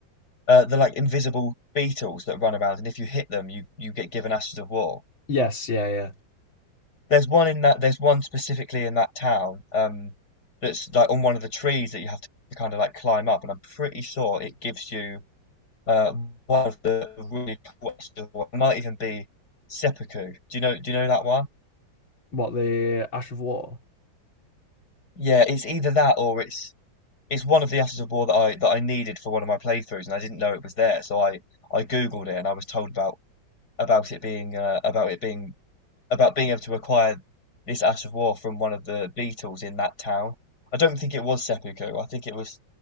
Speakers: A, on the left; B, on the left.
A: uh, the like invisible beetles that run around, and if you hit them, you you get given ashes of war.
B: Yes, yeah, yeah.
A: There's one in that. There's one specifically in that town. Um, that's like on one of the trees that you have to kind of like climb up, and I'm pretty sure it gives you uh one of the really cool ashes of war. It might even be seppuku. Do you know? Do you know that one?
B: What the Ash of War?
A: Yeah, it's either that or it's it's one of the ashes of war that I that I needed for one of my playthroughs, and I didn't know it was there, so I. I Googled it and I was told about about it being uh, about it being about being able to acquire this Ash of War from one of the Beatles in that town. I don't think it was seppuku. I think it was